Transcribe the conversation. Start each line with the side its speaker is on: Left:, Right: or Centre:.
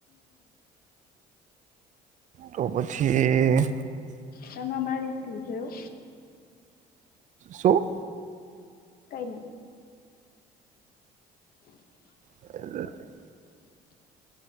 Right: તો પછી
Left: તમે મારી સ્કીલ છે એવુ?
Right: શુ?
Left: કઈ નઈ.
Right: <unintelligible>